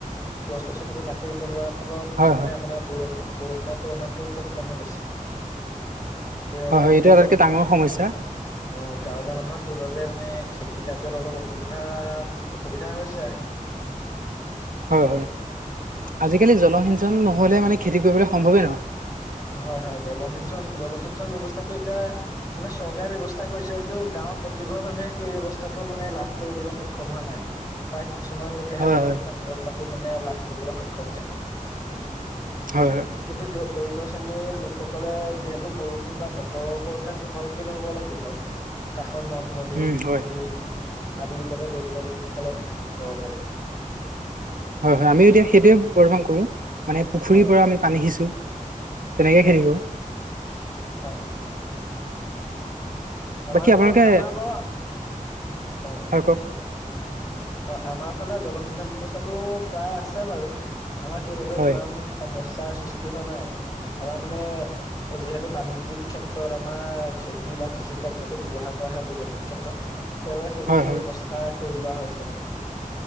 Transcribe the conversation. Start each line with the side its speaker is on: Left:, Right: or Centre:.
Left: গছ-গছনিবোৰ কাটি পেলোৱাৰ ফলত
Right: হয়
Left: মানে
Right: হয়
Left: অপোনাৰ বৰষু বৰষুণৰ পৰিমাণটোও খুব কমি গৈছে। সেইবাবে
Right: হয় হয়
Left: আজিকালি
Right: এইটো আটাইতকৈ
Left: মানে
Right: ডাঙৰ সমস্যা
Left: অ গাঁৱলীয়া মানুহৰ সেইবাবে মানে খেতি কাৰ্যত অলপ অসুবিধা অসুবিধা হৈছে।
Right: হয় হয় আজিকালি জলসিঞ্চন নহ'লে মানে খেতি কৰিবলৈ সম্ভৱেই নহয়।
Left: হয় হয় জলসিঞ্চন জলসিঞ্চন ব্যৱস্থাটো এতিয়া মানে চৰকাৰে ব্যৱস্থা কৰিছে যদিও গাঁৱৰ প্ৰতি ঘৰ মানুহে সেই ব্যৱস্থাটো মানে লাভ কৰিবলৈ সক্ষম হোৱা নাই। প্ৰায় কিছুমান লোকেহে
Right: হয়
Left: জনসিঞ্চন
Right: হয়
Left: ব্যৱস্থাটো মানে লাভ কৰিবলৈ সক্ষম হৈছে।
Right: হয় হয়।
Left: কিন্তু দ-দৰিদ্ৰ শ্ৰেণীৰ লোকসকলে যিহেতু বৰষুণ বা বতৰৰ ওপৰতে নিৰ্ভৰশীল হব লাগিব কাষৰ নদ-নদী,
Right: উম
Left: পুখুৰী
Right: হয়
Left: আদিৰ ওপৰত দৰিদ্ৰ লোকসকলে মানে নিৰ্ভৰ হ'ব লাগিব।
Right: হয় হয় আমিও এতিয়া সেইটোৱে বৰ্তমান কৰোঁ মানে পুখুৰীৰ
Left: হয়
Right: পৰা আমি পানী সিচোঁ। তেনেকে
Left: হয়
Right: খিতি কৰো।
Left: হয়। আমাৰো
Right: বাকী আপোনালোকে
Left: আমাৰ বাৰু, অ
Right: হয়
Left: কওকচোন।
Right: কওক
Left: অ আমাৰ ফালে জলসিঞ্চন ব্যৱস্থাটো প্ৰায় আছে বাৰু। আমাৰ সেইবাবে
Right: হয়
Left: ইমান সমস্যাৰ সৃষ্টি হোৱা নাই। আমাৰ মানে যিহেতু বাণিজ্যিক ক্ষেত্ৰত আমাৰ খেতি বা কৃষি কাৰ্যতো ব্যৱহাৰ কৰা হয় ব্যৱসায়িক ক্ষেত্ৰত। সেইবাবে সেইখিনি
Right: হয় হয়
Left: ব্যৱস্থা কৰি লোৱা হৈছে মানে।